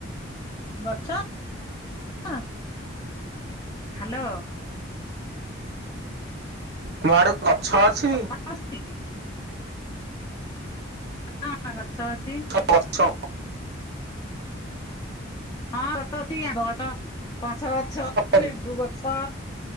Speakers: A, on the left; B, on the right.
A: ଗଛ ଅଁ ହ୍ୟାଲୋ।
B: ତମ ଆଡେ ଗଛ ଅଛି।
A: ଗଛ ଅଛି ହଁ ଗଛ ଅଛି।
B: ଗଛ।
A: ହଁ ଗଛ ଅଛି ଆମ୍ବ ଗଛ ପଣଷ ଗଛ
B: ଅଛି
A: ଲେମ୍ବୁ ଗଛ